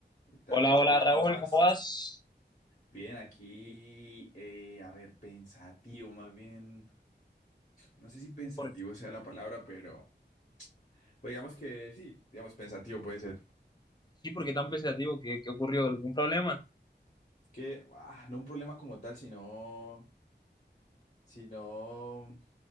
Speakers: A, on the left; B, on the left.
A: ¿Qué tal,
B: Hola,
A: viejo
B: hola
A: Luis?
B: Raúl,
A: ¿Cómo vas?
B: ¿cómo vas?
A: Bien, aquí, eh, a ver, pensativo, más bien, no sé si pensativo
B: Por-
A: sea la palabra, pero, pues digamos que sí, digamos pensativo puede ser.
B: sí, ¿por qué tan pensativo? ¿Qué, qué ocurrió? ¿Algún problema?
A: Es que, ah, no un problema como tal, sino, sino,